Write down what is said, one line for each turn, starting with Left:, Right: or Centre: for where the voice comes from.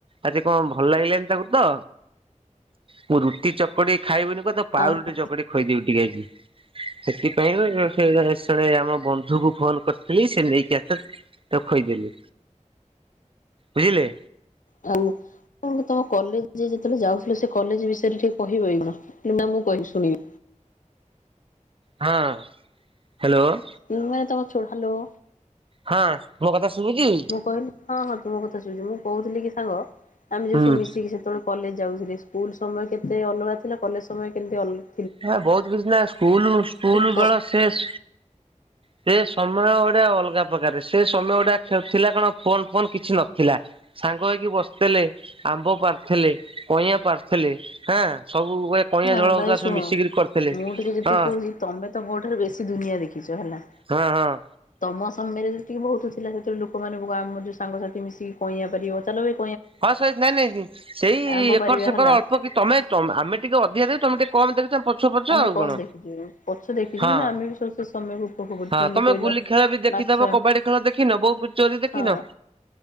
Right: ଆଜି କଣ ଭଲ ଲାଗିଲାନି ତାଙ୍କୁ ତ ମୁଁ ରୁଟି ଚକଡି ଖାଇବୁନି କ ପାଉରୁଟି
Left: ହଁ
Right: ଚକଟି ଖୋଇଦେବି ଟିକେ ଆଜି ସେଥିପାଇଁ ସେ ଳେ ଆମ ବନ୍ଧୁକୁ ଫୋନ କରିଥିଲି ସେ ନେଇକି ଆସ ତାକୁ କହିଦେଲି। ବୁଝିଲେ?
Left: ହଉ। ତମ କଲେଜ ଯେତେବେଳେ ଯାଉଥିଲ ସେ କଲେଜ ବିଷୟରେିକେ କହିବୁଣ ନା ମୁଁ କହିବି ଶୁଣିବି।
Right: ହଁ ହ୍ୟାଲୋ।
Left: ମାନେ ତମକୁ <unintelligible>
Right: ହଁ ମୋ କଥା ଶୁଭୁଛି।
Left: ମୁଁ କହିଲି ହଁ ହଁ ତୁମ କଥା ଶୁଣିଛୁ ମୁଁ କହୁଥିଲି କି ସାଙ୍ଗ ଆମେ
Right: ହୁଁ
Left: ଯୋଉ ସବୁ ମିଶିକି ସେତେବେଳେ କଲେଜ ଯାଉଥିଲି ସ୍କୁଲ୍ ସମୟ କେତେ ଅଲଗା ଥିଲା କଲେଜ ସମୟ କେମେ ଅଲା
Right: ହଁ ବହୁତ କିଛି ନା ସ୍କୁଲ ସ୍କୁଲ
Left: କ
Right: ବେଳ ଶେଷ ସେ ସମୟ ଗଟଆ ଅଲଗା ପ୍ରକାର ସେ ସମୟ ଗୁଟଆ ଖେଳୁଥିଲା କଣ ଫୋନ ଫୋନ କିଛି ନଥିଲା। ସାଙ୍ଗ ହେଇକି ବସିଥିଲେ। ଆମ୍ବ ପାରିଥିଲେ କଇଁଆଁ ପାରିଥିଲେ ହଁ ସବେଳେ କଇଁଆ
Left: ହଁ
Right: ଝଳ ହଉ
Left: ଭାଇ
Right: ତା
Left: ଶୁଣ
Right: ମିିକରି କରିଥିଲେ
Left: ମୁଁ ଟିକେ ଯେତିକି
Right: ହଁ।
Left: କହୁଛି ତମେ ତ ମୋ ଠାରୁ ବେଶୀ ଦୁନିଆ ଦେଖିଛ ହେଲା।
Right: ହଁ ହଁ।
Left: ତମ ସମୟରେ ଯେତିକି ବହୁତ ଥିଲା ସେତେବେଳେ ଲୋକ ମ ଆମ ଯୋଉ ସାଙ୍ଗସାଥି ମିଶିକି କହିବା ପାରିବ ଚାଲବେ।
Right: ହଁ ସେଇ ନାଇଁ ନାଇଁ ସେଇ
Left: ଆମ୍ବ
Right: ଏକର
Left: ପାରିବା
Right: ସେକର
Left: ହେଲା
Right: ଅଳ୍ପ କି ତମେ ଆମେ ଟିକେ ଅଧିକା ଦେଖ ତମେ ଟିକେ କମ ଦେଖ ତମେ ପଛ ପଛ
Left: ଆମେ
Right: ଆଉ
Left: କମ
Right: କଣ
Left: ଦେଖିଛୁ ପଛ ଦେଖିଛୁ
Right: ହଁ।
Left: କିନ୍ତୁ ଆମେ ବି ସବୁ ସେ ସମୟକୁ ଉପଭୋଗ କରୁଛୁ
Right: ହଁ
Left: ଯେମିତି
Right: ତମେ
Left: କହିଲ
Right: ଗୁଲି ଖେଳ ବି ଦେଖିଥବ
Left: ମାଛ
Right: କବାଡି ଖେଳ ଦେଖିନ ବୋ ଚୋରି ଦେଖ କି
Left: ହଁ
Right: ନା